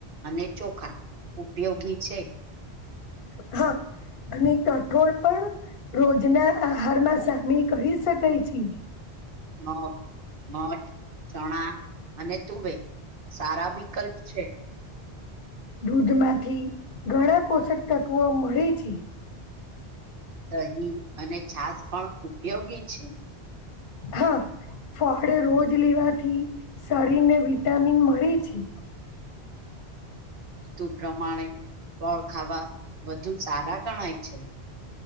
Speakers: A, on the right (about 60°); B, on the left (about 60°).
A: અને ચોખા ઉપયોગી છે.
B: હા. અને કઠોળ પણ રોજના આહારમાં સામેલ કરી શકાય છે.
A: મગ, મઠ, ચણા અને તુવેર. સારા વિકલ્પ છે.
B: દૂધમાંથી ઘણા પોષક તત્વો મળે છે.
A: દહી અને છાસ પણ ઉપયોગી છે.
B: હા ફળ રોજ લેવાથી શરીર ને વિટામિન મળે છે.
A: ઋતુ પ્રમાણે ફળ ખાવા વધુ સારા ગણાય છે.